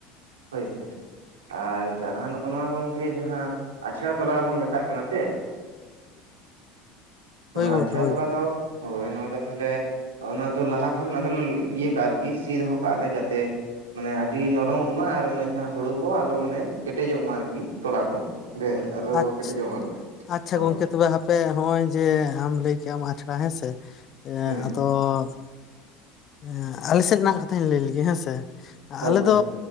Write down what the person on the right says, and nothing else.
ᱦᱚᱭ ᱥᱮ, ᱟᱨ ᱡᱟᱦᱟᱸ ᱱᱚᱜᱼᱱᱚᱣᱟ ᱜᱚᱝᱠᱮ ᱡᱟᱦᱟᱸ ᱟᱪᱷᱲᱟ ᱛᱚᱞᱟ ᱵᱚᱱ ᱢᱮᱛᱟᱜ ᱠᱟᱱᱟ ᱪᱮ, ᱚᱱᱟ
ᱟᱪᱷᱲᱟ
ᱛᱚᱞᱟ ᱫᱚ ᱦᱳᱭ ᱱᱚᱣᱟ ᱫᱚ ᱛᱟᱦᱮᱞᱮ ᱚᱱᱟ ᱫᱚ ᱞᱟᱦᱟ ᱠᱷᱚᱱ ᱟᱫᱚ ᱞᱮ ᱞᱮ ᱤᱭᱟᱹ ᱠᱟᱜᱼᱟ ᱟᱨᱠᱤ ᱥᱤ ᱫᱚᱦᱚ ᱠᱟᱜ ᱞᱮ ᱡᱟᱛᱮ ᱢᱟᱱᱮ ᱟᱹᱰᱤ ᱱᱚᱨᱚᱢᱚᱜ ᱢᱟ ᱟᱨ ᱚᱱᱟ ᱡᱟᱦᱟᱸ ᱦᱩᱲᱩ ᱠᱚ ᱟᱞᱚ ᱢᱟᱱᱮ ᱠᱮᱴᱮᱡᱚᱜ ᱢᱟ ᱟᱨᱠᱤ ᱛᱚᱞᱟ ᱠᱚ ᱰᱮᱜ ᱟᱞᱚ
ᱠᱮᱴᱮᱡᱚᱜ ᱢᱟ᱾
ᱦᱳᱭ
ᱦᱩᱸ
ᱦᱳᱭ
ᱦᱳᱭ